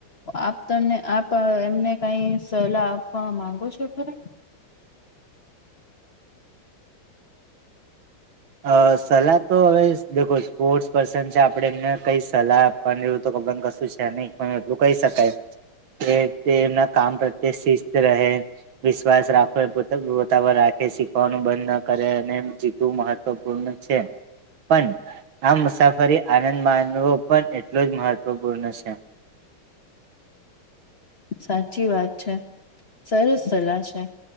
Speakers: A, on the left; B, on the right.
A: આપ તને આપ એમને કઈ સલાહ આપ પણ માંગો છો. ખરા!
B: અ સલાહ તો હવે સ્પોર્ટ્સ પર્સન છે, આપણે એમને કઈ સલાહ. વું તો કબર કશું છે. ન પણ એટલું કહી શકાય. કે તે કામ પ્રત્યે શિસ્ત રહે. વિશ્વાસ રાખો પોતા <unintelligible> રાખે શીખવાનું બંધ ના કરે અને જીતવું મહ <unintelligible> પણ આ મુસાફરી આનંદ માનવો પણ એટલો જ મહત્વપૂર્ણ છે.
A: સાચી વાત છે, સરસ સલાહ છે.